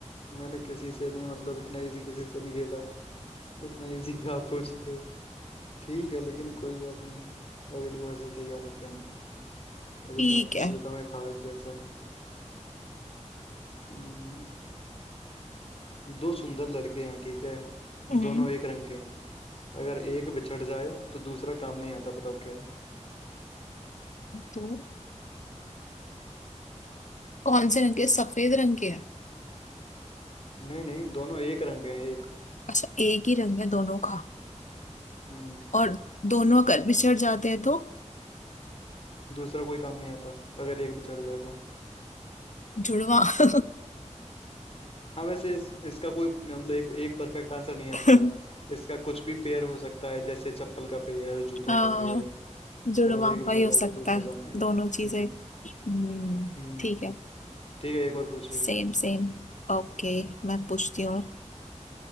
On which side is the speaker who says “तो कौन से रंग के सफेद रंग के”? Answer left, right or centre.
Left